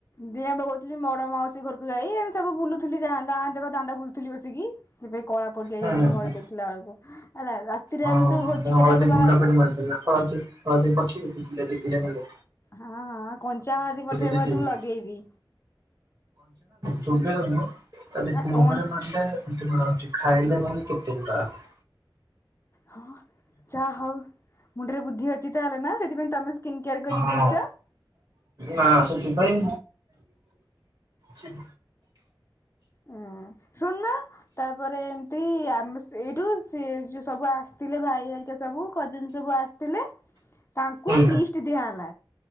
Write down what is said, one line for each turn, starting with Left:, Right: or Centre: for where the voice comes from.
Left: ଦିଆଁ ପକଉଥିଲି ବଡ ମାଉସୀ ଘରକୁ। ଭାଇ ଏ ସବୁବୁଲୁ ଥିଲ ଗାଁ ଯାକ ଦାଣ୍ଡା ବୁଲୁଥିଲି ବସିକି। ବେ କଳା ପଟି ଯାଇଯାଇଛି
Right: ହୁଁ ହୁଁ।
Left: ମୁଁହରେ ଦେଖିଲା ବେଳକୁ ହେଲା ରାତିରେ
Right: ହଁ
Left: ଆମେ ସବୁ ଭୋଜି କରିବାକୁ
Right: ହଳଦୀ
Left: ବାହାରିଲୁ।
Right: ଗୁଣ୍ଡ ଫ ମାରିଦେଲା ହଳଦୀ ହଳଦୀ ପକେଇି ପେ ଭେ
Left: ହଁ ହଁ କଞ୍ଚା ହଲତି ପଥେଇବା
Right: ଦେଇଦେଲି
Left: ଯଦି ମୁ ଲଗେଇବି।
Right: ଚିବିଲାନ ତା ଦେଖ
Left: ନା କଞ୍ଚା
Right: ମୁରେ ପାଟା। କିଛି ଖାଇନି ବୋଲି କେତେ ଦୂର ଆ
Left: ହଁ ଯାହା ହଉ ମୁଣ୍ଡରେ ବୁଦ୍ଧି ଅଛି। ଚିତା ହେଲା ନା ସେଥିପାଇଁ ତମେ ସ୍କିନ୍ କେୟାର କରି
Right: ହଁ
Left: ବୁଲୁଛ।
Right: ନା ସେଥିପାଇଁ। ଛି
Left: ହଁ ଶୁଣନ ତାପରେ ଏମତିମ ଏଇଠୁ ସେ ଯୋଉ ସବୁ ଆସିଥିଲେ ଭାଇ ଭରିକା ସବୁ କଜିନ ସବୁ ଆସି ତାଙ୍କୁ
Right: ହଁ।
Left: ଲିଷ୍ଟ ଦିଆ ହେଲା